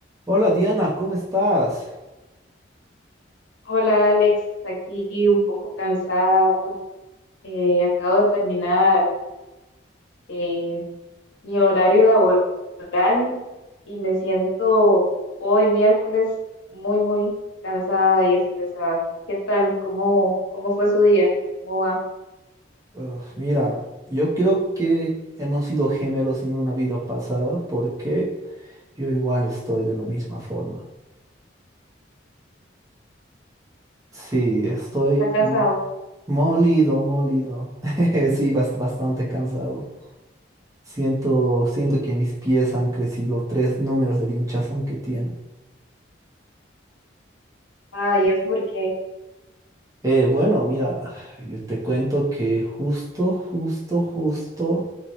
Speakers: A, on the right; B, on the left.
A: Hola Diana, ¿cómo estás?
B: Hola Alex, aquí un poco cansada. Eh, acabo de terminar eh, mi horario laboral y me siento hoy miércoles muy, muy cansada y estresada. ¿Qué tal? ¿Cómo, cómo fue su día? ¿Cómo va?
A: Uf, mira, yo creo que hemos sido gemelos en una vida pasada porque yo igual estoy de la misma forma. Sí, estoy
B: ¿Está cansado?
A: m- molido, molido. <laughs> Sí, bast- bastante cansado. Siento, siento que mis pies han crecido tres números del hinchazón que tienen.
B: Ah, y es porque
A: Eh, bueno, mira, yo te cuento que justo, justo, justo.